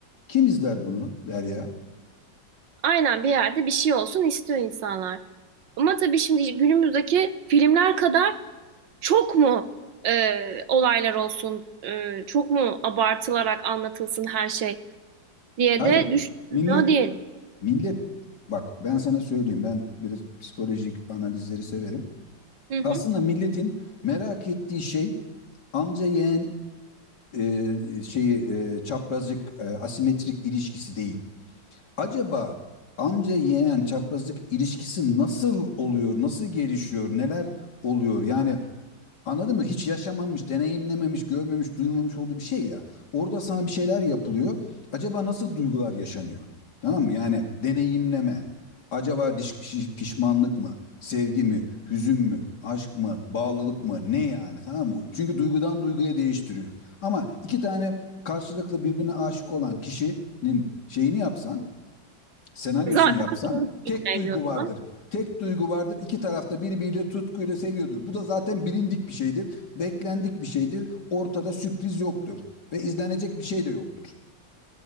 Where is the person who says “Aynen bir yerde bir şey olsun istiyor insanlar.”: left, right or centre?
Right